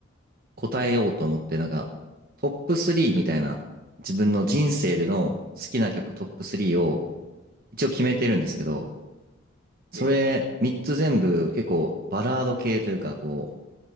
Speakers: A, on the right; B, on the right.
A: 答えようと思って、なんか、トップ3みたいな、自分の人生での好きな曲トップ3を
B: ええ、
A: 一応決めてるんですけど、それ3つ全部結構バラード系というか、
B: ええ、
A: こ